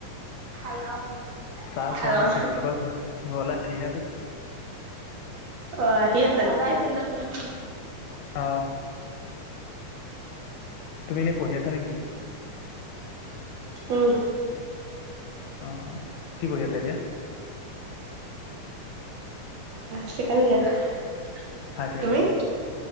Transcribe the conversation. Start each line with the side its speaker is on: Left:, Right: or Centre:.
Right: খালং
Left: চাহ
Right: খালং
Left: খোৱা নাই ফিল্ডৰ পৰা ঘৰলৈ আহি আছো
Right: অ আহি আছে সদায় ফিল্ডত যাম
Left: অ তুমি এনে পঢ়ি আছা নে কি
Right: উম
Left: অ কি পঢ়ি আছা এতিয়া
Right: চেকেণ্ড দিয়াৰ
Left: হায়াৰ ছেকেণ্ডেৰী?
Right: তুমি